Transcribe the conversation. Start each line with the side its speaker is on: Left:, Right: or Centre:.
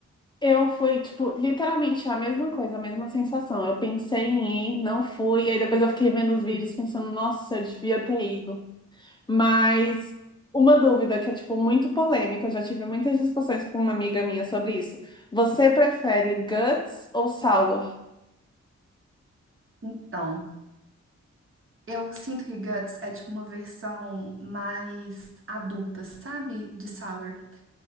Left: Eu fui, tipo, literalmente a mesma coisa, a mesma sensação. Eu pensei em ir, não fui, aí depois eu fiquei vendo os vídeos pensando, nossa, eu devia ter ido. Mas uma dúvida que é tipo muito polêmica, eu já tive muitas discussões com uma amiga minha sobre isso. Você prefere guts ou sour?
Right: Então, eu sinto que Guts é tipo uma versão mais adulta, sabe, de Sour.